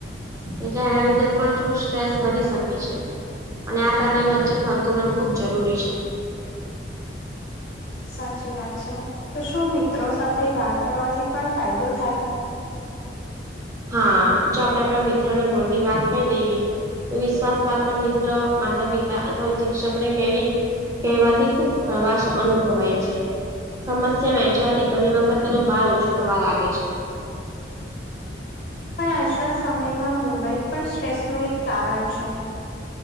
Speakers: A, on the right; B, on the left.
A: એટલે એના લીધે પણ થોડું સ્ટ્રેસ વધી શકે છે. અને આ ત્રણેય વચ્ચે સંતુલન ખુબ જરૂરી છે.
B: સાચી વાત છે તો શું મિત્રો સાથે વાત કરવાથી પણ ફાયદો થાય?
A: હા જો આપડે આપણા મિત્રો ને મન ની વાત કહી દઈએ તો વિશ્વાસ પાત્ર મિત્ર માતા પિતા અથવા શિક્ષકને કેવી કહેવાથી ખુબ ખળવાશ અનુભવાય છે. સમસ્યા વહેંચવાથી ઘણી વખત એનો ભાર ઓછો થવા લાગે છે.
B: પણ આજના સમયમાં મોબાઈલ પણ સ્ટ્રેસ ન એક કારણ છે.